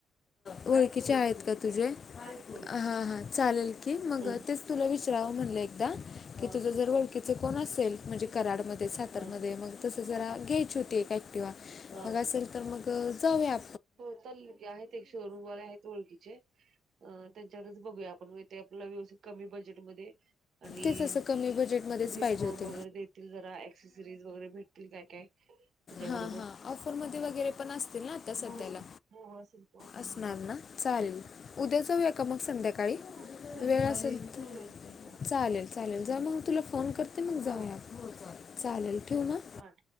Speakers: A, on the left; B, on the right.
A: ओळखीचे आहेत का तुझे
B: आहेत ओळखीचे.
A: हा हा चालेल की मग
B: हम्म
A: तेच तुला विचाराव म्हटलं एकदा की
B: हा
A: तुझं जर ओळखीच कोण असेल कराडमध्ये सातरमध्ये
B: हा
A: मग तस जरा घ्यायची होती एक ऍक्टिवा
B: हा
A: मग असेल तर मग जाऊया आ
B: हो चालेल की आहेत एक शोअरूम माझ्या आहेत ओळखीचे अं त्यांच्यावरच बघूया आपण म्हणजे व्यवस्थित कमी बजेटमध्ये आणि
A: तेच असं कमी बजेटमध्येच
B: डिस्काउंट
A: पाहिजे होते
B: वगैरे देतील जरा एक्सेसरीज वगैरे भेटतील काय काय त्याच्याबरोबर.
A: हा हा ऑफरमध्ये वगैरे पण असतील ना आता सध्याला
B: हो हो हो असेल की ऑफरमध्ये.
A: असणार ना चालेल उद्या जाऊया का मग संध्याकाळी
B: हो उद्या जाऊया
A: वेळ
B: दुपारी
A: असेल
B: जाऊया
A: तर
B: हो
A: चालेल चालेल जा मग तुला फोन करते मग
B: हो
A: जाऊयात चालेल ठेवू ना
B: पाठ